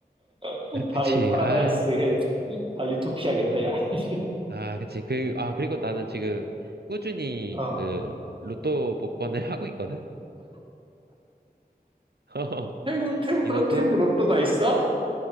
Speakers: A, on the right (about 30°); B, on the right (about 85°).
A: <laughs>
B: <laughs> 아,
A: 다
B: 그치,
A: 이거 파라다이스에,
B: 아.
A: 다 유토피아겠다, 야. <laughs>
B: 아, 그치. 그, 아, 그리고 나는 지금 꾸준히
A: 어.
B: 그 로또 복권을 <laughs> 하고 있거든? <laughs>
A: 태국, 태국,
B: 이것도,
A: 로- 태국 로또가 있어?